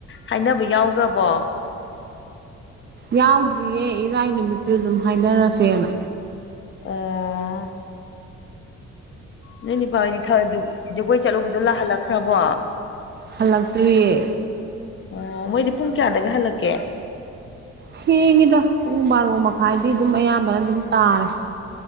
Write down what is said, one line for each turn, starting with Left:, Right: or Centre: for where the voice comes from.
Left: ꯍꯥꯏꯅꯕ ꯌꯥꯎꯒꯔ꯭ꯕꯣ
Right: ꯌꯥꯎꯗ꯭ꯔꯤꯌꯦ ꯏꯔꯥꯏ ꯅꯨꯃꯤꯠꯇꯨꯗ ꯑꯗꯨꯝ ꯍꯥꯏꯅꯔꯁꯦꯅ
Left: ꯑꯣ ꯅꯣꯏ ꯅꯨꯄꯥ ꯍꯣꯏꯗꯤ ꯖꯒꯣꯏ ꯆꯠꯂꯨꯕꯗꯣ ꯂꯥ ꯍꯜꯂꯛꯈ꯭ꯔꯕꯣ
Right: ꯍꯜꯂꯛꯇ꯭ꯔꯤꯌꯦ
Left: ꯑꯣ ꯃꯣꯏꯗꯤ ꯄꯨꯡ ꯀꯌꯥꯗꯒ ꯍꯜꯂꯛꯀꯦ
Right: ꯊꯦꯡꯉꯤꯗ ꯄꯨꯡ ꯕꯥꯔꯣ ꯃꯈꯥꯏꯗꯤ ꯑꯗꯨꯝ ꯑꯌꯥꯝꯕꯅ ꯑꯗꯨꯝ ꯇꯥꯔꯦ